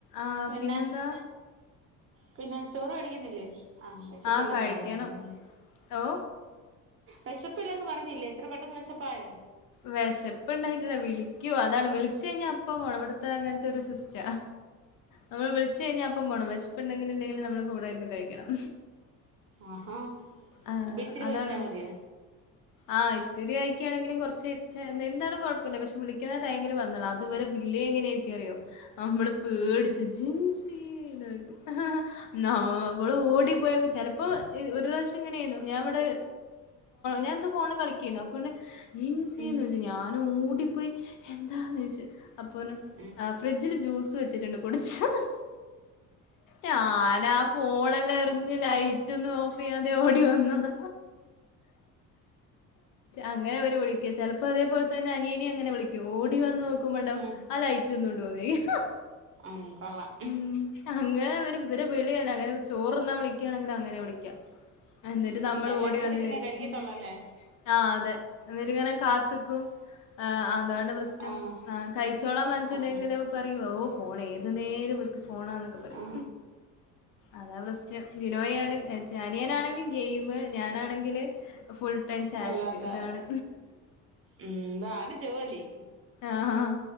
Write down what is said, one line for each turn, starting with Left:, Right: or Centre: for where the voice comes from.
Left: ആഹ്
Right: പിന്നെ
Left: പിന്നെന്താ?
Right: പിന്നെ ചോറ് കഴിക്കുന്നില്ലേ? ആഹ് വിശപ്പില്ലന്ന്
Left: ആ, കഴിക്കണം.
Right: പറഞ്ഞായിരുന്നല്ലേ
Left: ഓ!
Right: വിശപ്പില്ലന്ന് പറ പറഞ്ഞില്ലേ ഇത്ര പെട്ടെന്ന് വെശപ്പായോ?
Left: വെശപ്പുണ്ടായിട്ടല്ല വിളിക്കു അതാണ് വിളിച്ചു കഴിഞ്ഞാ അപ്പ പോണം ഇവിടുത്തെ അങ്ങനത്തെ ഒരു സിസ്റ്റ. നമ്മൾ വിളിച്ചു കഴിഞ്ഞാ അപ്പം പോണം വിശപ്പ് ഉണ്ടെങ്കിലും ഇല്ലേങ്കിലും നമ്മുടെ കൂടെ ഇരുന്ന് കഴിക്കണം.
Right: ആഹാ
Left: ആഹ്
Right: അബിച്ചിരി
Left: അതാണ്
Right: കഴിച്ചാ
Left: ഇവിടെ
Right: മതിയ
Left: ആഹ് ഇത്തിരി കഴിക്കുകയാണെങ്കിലും കുറച്ച് എന്താണ് കുഴപ്പമില്ല പക്ഷെ വിളിക്കുന്ന ടൈമില് വന്നോളാം അതുവരെ വില്ലിയ എങ്ങനെയ ആയിരിക്കും റിയോ നമ്മള് പേടിച്
Right: ഉം
Left: ജിൻസി ന്ന്ളിക്കും നമ്മള് ഓടിപ്പോയൊ ചിലപ്പോ ഒരു പ്രാവശ്യം ഇങ്ങനെയായിരുന്നു ഞൻവിടെ ഞാൻ എന്താ ഫോണിൽ കളിക്കായിരുന്നു അപ്പോണ്ട് ജീൻസിന്ന്
Right: ഉം
Left: വെദച്ചു ഞാൻ ഓടിപ്പോയി എന്താെന്ന് ചോദിച്ച് അപ്പോണ്ട്
Right: ഉം
Left: ഫ്രിഡ്ജില് ജ്യൂസ് വെച്ചിട്ടുണ്ട് കുടിചോന്ന് ഞാനാ ഫോണെല്ലാം എറിഞ്ഞ് ലൈറ്റന്നും ഓഫ് ചെയ്യാതെ ഓടി വന്നത് അങ്ങനെ അവര് വിളിക്ക ചിലപ്പോ അതേപോലെ തന്നെ അനിയന അങ്ങനെ വിളിക്ക ഓടി വന്ന് നോക്കുമ്പോണ്ടവും
Right: ഉം
Left: ആ ലൈറ്റ് ഒന്നും ഇഡോന്നോയിക്കും
Right: ഉം കൊള്ളാം
Left: ഉ അങ്ങനെ ഇവര് ഇവരെ വിളി ആണ് അങ്ങനെ ചോറ്ന്നാ വിളിക്കുകയാണെങ്കിൽ അങ്ങനെ വിളിക്ക എന്നിട്ട്
Right: ഉം
Left: നമ്മൾ
Right: എല്ലാരും
Left: ഓടി
Right: കൂടി
Left: വന്ന്
Right: ഇരുന്നേ
Left: കേക്കും
Right: കഴിക്കത്തുള്ളല്ലേ
Left: ആഹ് അതെ എന്നിട്ട് ഇങ്ങനെ കാത്ത്ക്കും അതാണ് പ്രശ് ശ്‍നം
Right: ആ
Left: കഴിച്ചോള പറഞ്ഞിട്ടണ്ടെങ്കിലും
Right: ആ
Left: അ ഓ ഫോൺ ഏതു നേരംവക്ക് ഫോണാന്നൊക്കെ പറയും
Right: ആ
Left: അതാ പ്രശ്നം ജിനോയി ആണെ ചാനിയൻണെങ്കിൽ ഗെയിമ് ഞാനാണെങ്കില് ഫുൾ ടൈം ചാറ്റ്
Right: അല്ലാത്ത
Left: ഇതാണ്
Right: ഉം ഇതാണ് ജോലി
Left: ആഹ്